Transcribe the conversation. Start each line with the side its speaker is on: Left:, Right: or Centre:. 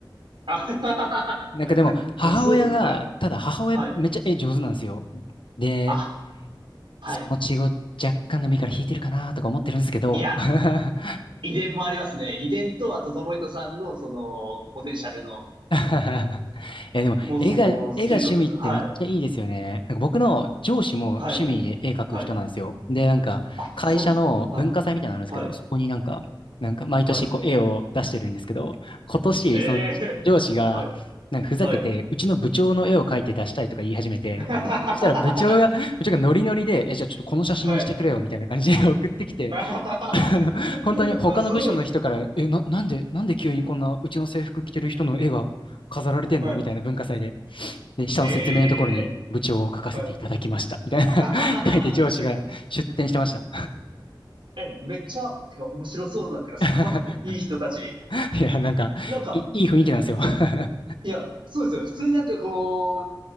Right: あ、<laughs>
Left: なんかでも、母親が、
Right: あそう、はい、
Left: ただ母親めっちゃ絵上手なんですよ。
Right: はい。
Left: で、
Right: あ、はい。
Left: その血を若干でもいいから引いてるかなとか思ってるんですけど、
Right: いや、
Left: <laughs>
Right: 遺伝もありますね。遺伝と、あと、トモヒトさんの、その、ポテンシャルの、
Left: <laughs> え、でも、
Right: もう、
Left: 絵が、
Right: その、
Left: 絵が趣味ってめっちゃいいですよね。
Right: スキルの分。はい、
Left: なんか僕の上司も趣味で絵描く人なんですよ。
Right: はい、はい。
Left: で、なんか、
Right: あ、
Left: 会社の文化祭みたいなのあるんですけど、
Right: そうなんですか。はい、はい、
Left: そこになんか、なんか毎年こう絵を出してるんですけど、
Right: はい。
Left: 今年、
Right: ええ
Left: その上司が、
Right: ーはい、
Left: なんかふざけて、
Right: はい。
Left: うちの部長の絵を描いて出したいとか言い始めて、
Right: <laughs>
Left: そしたら部長が、部長がノリノリで、え、じゃあちょっとこの写真にしてくれよ、
Right: はい。
Left: みたいな感じで送ってきて、
Right: <laughs> あ、
Left: <laughs> 本当に他の部署の人から、
Right: そうですか。
Left: え、な、なんで、なんで急にこんなうちの制服着てる人の絵が飾られてんのみたいな文化祭で。
Right: はい。
Left: で、下の説明のところに部長を書かせていただきました。
Right: ええはい。
Left: みたいな
Right: <laughs>
Left: <laughs> 書いて上司が出展してました。
Right: え、めっちゃ、てか面白そうだ。てか職場っすね。
Left: <laughs>
Right: いい人たち。
Left: いや、なんか、
Right: なんか、
Left: いい、いい雰囲気なんですよ。<laughs>
Right: いや、そうですよね。普通なんかこ